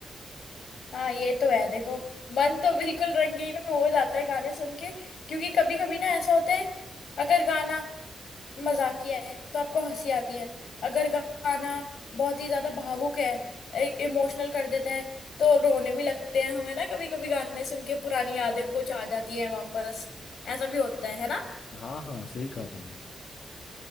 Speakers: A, on the left (about 80°); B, on the left (about 65°).
A: हाँ ये तो है देखो मन तो बिल्कुल रंगीन हो जाता है गाने सुन के क्योंकि कभी कभी ना ऐसा होता है अगर गाना मजाकिया है तो आपको हंसी आती है अगर गाना बहुत ही ज्यादा भावुक है इमोशनल कर देता है तो रोने भी लगते हैं हमें ना कभी कभी गाने सुन के पुरानी यादें कुछ आ जाती हैं वापस ऐसा भी होता है है ना
B: हाँ हाँ सही कहा तुमने